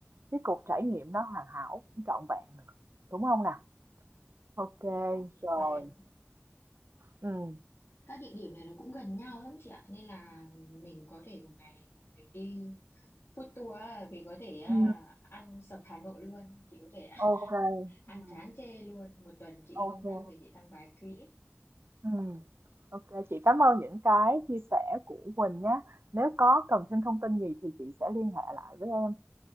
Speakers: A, on the right; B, on the left.
A: cái cuộc trải nghiệm nó hoàn hảo trọn vẹn được đúng không nào ok
B: đó
A: rồi
B: mà
A: ừ
B: các địa điểm này nó cũng gần nhau lắm chị ạ nên là mình có thể một ngày mình đi Food tour á, vì có thể à,
A: ừ
B: ăn sập Hà Nội luôn chị có thể
A: ok
B: <laughs> ăn
A: ừ
B: chán chê luôn một tuần chị
A: ok
B: đi công tác về chị tăng vài ký
A: ừ ok chị cảm ơn những cái chia sẻ của Quỳnh nhé nếu có cần thêm thông tin gì thì chị sẽ liên hệ lại với em